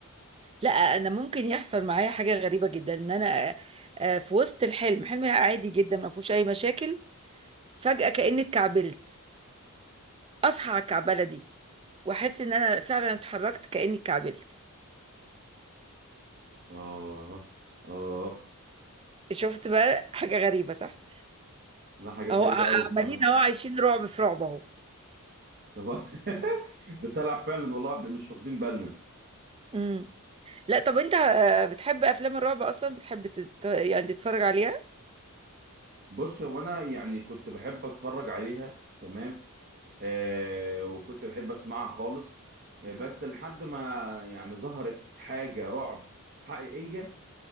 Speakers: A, on the right; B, on the right.
A: لا انا ممكن يحصل معايا حاجة غريبة جدا ان انا آه، في وسط الحلم حلم عادي جدا ما فيهوش اي مشاكل فجأة كأني اتكعبلت اصحى على الكعبلة دي واحس ان انا فعلا اتحركت كأني اتكعبلت
B: اه اه
A: شفت بقى حاجة غريبة صح
B: لا حاجات
A: اهو
B: غريبه
A: ع-
B: قوي بصراحه
A: عمالين اهو عايشين رعب في رعب اهو
B: طب <laughs> ده طلع فعلا والله احنا مش واخدين بالنا
A: امم لا طب انت آه، بتحب افلام الرعب اصلا بتحب تت... يعني تتفرج عليها
B: بص هو انا يعني كنت بحب اتفرج عليها تمام آه وكنت بحب اسمعها خالص آه بس لحد ما يعني ظهرت حاجة رعب حقيقية